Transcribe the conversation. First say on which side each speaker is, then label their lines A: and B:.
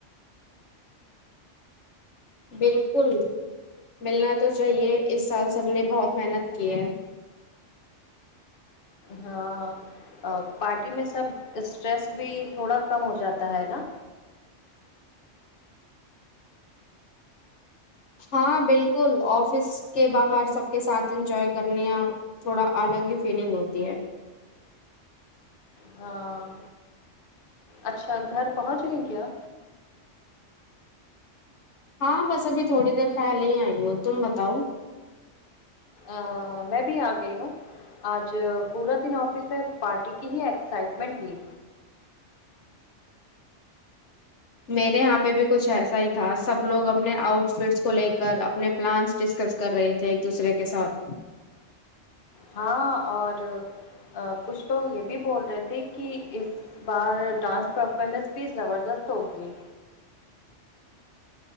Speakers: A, on the left; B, on the left.
A: بالکل ملنا تو چاہیے اس سال سب نے بہت محنت کی ہے
B: ہاں پارٹی میں سب اسٹریس بھی تھوڑا کم ہو جاتا ہے نا
A: ہاں بالکل آفس کے باہر سب کے ساتھ انجوائے کرنےیا تھوڑا الگ ہی فیلنگ ہوتی ہے
B: ہاں اچھا گھر پہنچ گئے کیا
A: ہاں بس ابھی تھوڑی دیر پہلے ہی آئی ہو تم بتاؤ
B: ا میں بھی آ گئی ہوں آج پورا دن آفس میں پارٹی کی ہی ایکسائٹمنٹ تھی
A: میرے یہاں پہ بھی کچھ ایسا ہی تھا سب لوگ اپنے آؤٹ فٹس کو لے کر اپنے پلانس ڈسکس کر رہے تھے ایک دوسرے کے ساتھ
B: ہاں اور کچھ لوگ یہ بھی بول رہے تھے کہ اس بار ڈانس پرفارمنس بھی زبردست ہوگی